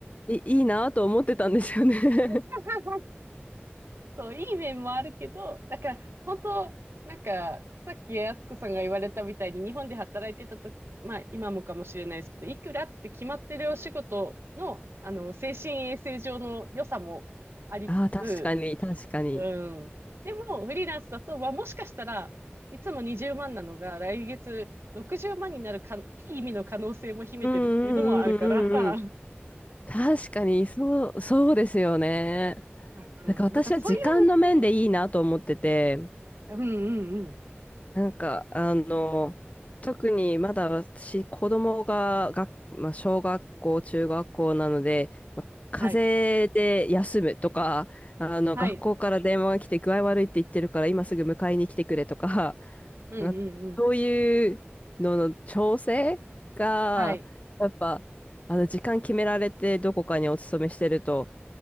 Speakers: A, on the left; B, on the right.
A: い、いいなと思ってたんですよね。<laughs>
B: <laughs> そう、いい面もあるけど、だから、本当なんか、さっき敦子さんが言われたみたいに、日本で働いてた時まあ、今もかもしれないですけど、いくらって決まってるお仕事の、あの、精神衛生上の良さもありつつ、
A: ああ、確かに、確かに。
B: うん。でも、フリーランスだと、はもしかしたらいつも20万なのが、来月60万になるか、いい意味の可能性も秘めてるっていうのもあるから、
A: うんうんうんうんうん。
B: <laughs>
A: 確かに、そう、そうですよね。
B: うん、
A: なんか私は時間の面でいいなと思ってて、
B: なんかそういうね、うんうんうん。
A: なんか、あの、特にまだ私、子供が、が、まあ、小学校、中学校なので、まあ、風邪で休むとか、
B: はい。
A: あの、
B: はい。
A: 学校から電話が来て具合悪いって言ってるから、今すぐ迎えに来てくれとか、
B: うんうんうん。
A: <laughs> あそういうのの調整が、
B: はい。
A: やっぱ、あの、時間決められてどこかにお勤めしてると、